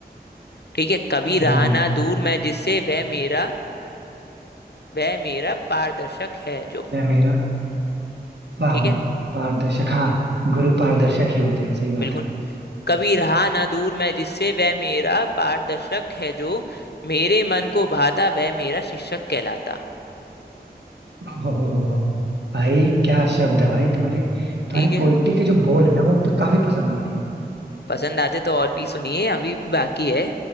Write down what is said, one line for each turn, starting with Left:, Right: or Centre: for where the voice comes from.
Left: ठीक है कभी
Right: हम्म
Left: रहा ना दूर मैं जिससे वह मेरा वह मेरा पारदर्शक है जो
Right: क्या मेरा वाह
Left: ठीक
Right: वाह
Left: है
Right: पारदर्शक हाँ गुरु पारदर्शक ही होते हैं सही
Left: बिल्कुल
Right: बात है भाई
Left: कभी रहा ना दूर मैं जिससे वह मेरा पारदर्शक है जो मेरे मन को भाता वह मेरा शिक्षक कहलाता
Right: वाह, वाह, वाह, वाह, वाह। भाई क्या शब्द है भाई तुम्हारे तुम्हारी
Left: ठीक है
Right: पोइट्री के जो बोल है ना वो मुझे काफी पसंद आते हैं
Left: पसंद आते तो और भी सुनिए अभी भी बाकी है